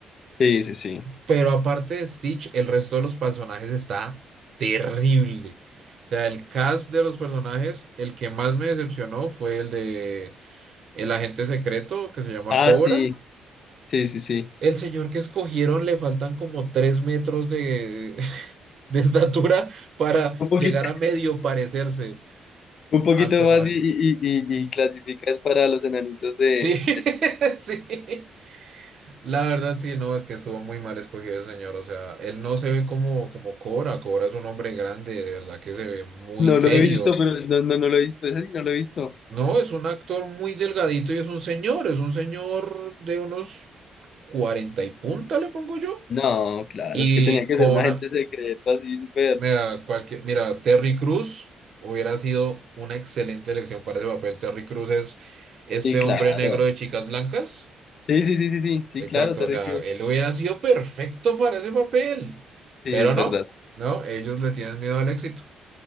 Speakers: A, on the left; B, on the right.
A: sí, sí, sí.
B: Pero aparte de Stitch, el resto de los personajes está terrible. O sea, el cast de los personajes, el que más me decepcionó fue el de el agente secreto que se llama
A: Ah,
B: Cobra.
A: sí, sí, sí, sí.
B: El señor que escogieron le faltan como tres metros de, <laughs> de estatura para
A: Un poquito
B: llegar a medio parecerse
A: Un poquito
B: al personaje.
A: más y, y, y, y- clasificas para los enanitos de...
B: Sí, <laughs> sí. La verdad, sí, no, es que estuvo muy mal escogido ese señor. O sea, él no se ve como, como Cobra. Cobra es un hombre grande, de verdad que se ve muy
A: No
B: serio.
A: lo he visto, pero no, no, no lo he visto. Ese sí no lo he visto.
B: No, es un actor muy delgadito y es un señor, es un señor de unos 40 y punta, le pongo yo.
A: No, claro,
B: Y
A: es que tenía que
B: Cobra,
A: ser un agente secreto así, súper...
B: mira, cualquier, mira, Terry Cruz hubiera sido una excelente elección para ese papel. Terry Cruz es este
A: Sí, claro.
B: hombre negro de chicas blancas.
A: Sí, sí, sí, sí, sí, sí,
B: Exacto,
A: claro, Terry
B: o sea,
A: Crews.
B: él hubiera sido perfecto para ese papel,
A: Sí,
B: pero
A: es
B: no,
A: verdad.
B: no, ellos le tienen miedo al éxito.